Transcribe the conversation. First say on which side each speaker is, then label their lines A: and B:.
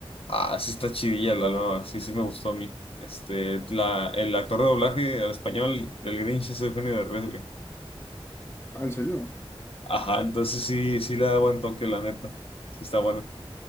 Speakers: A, on the left (about 65°); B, on the left (about 25°).
A: Ah, sí está chidilla la nueva, sí, sí me gustó a mí. Este, la, el actor de doblaje al español del Grinch es Eugenio Derbez, güey.
B: Ah, ¿en serio?
A: Ajá, entonces sí, sí le da buen toque, la neta. Sí está bueno.